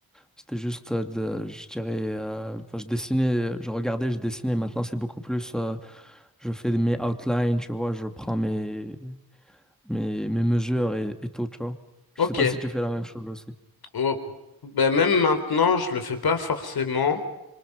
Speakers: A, in the centre; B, on the left.
A: C'était juste, euh, de, je dirais, euh, enfin, je dessinais, je regardais, je dessinais. Maintenant, c'est beaucoup plus, euh, je fais mes outlines, tu vois, je prends mes, mes, mes mesures et, et tout, tu vois. Je
B: Ok.
A: sais pas si tu fais la même chose aussi.
B: Oh. Ben, même maintenant, je le fais pas forcément.